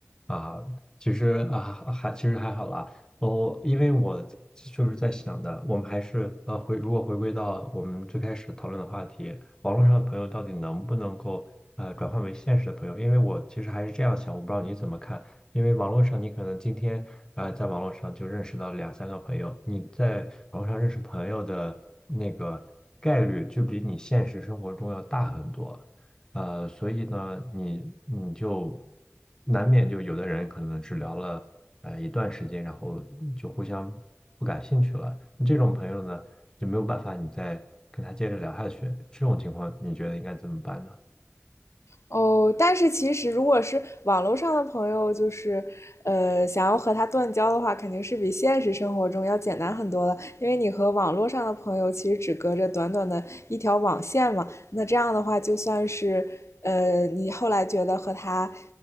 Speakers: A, on the left (about 15°); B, on the left (about 75°).
A: 啊，其实啊还其实还好啦。我因为我在就是在想的，我们还是呃回如果回归到我们最开始讨论的话题，网络上的朋友到底能不能够呃转换为现实的朋友？因为我其实还是这样想，我不知道你怎么看。因为网络上你可能今天呃在网络上就认识到两三个朋友，你在网络上认识朋友的那个概率就比你现实生活中要大很多。呃，所以呢，你你就难免就有的人可能只聊了呃一段时间，然后就互相不感兴趣了。那这种朋友呢，就没有办法你再跟他接着聊下去。这种情况，你觉得应该怎么办呢？
B: 哦，但是其实如果是网络上的朋友，就是呃，想要和他断交的话，肯定是比现实生活中要简单很多的，因为你和网络上的朋友其实只隔着短短的一条网线嘛。那这样的话，就算是呃，你后来觉得和他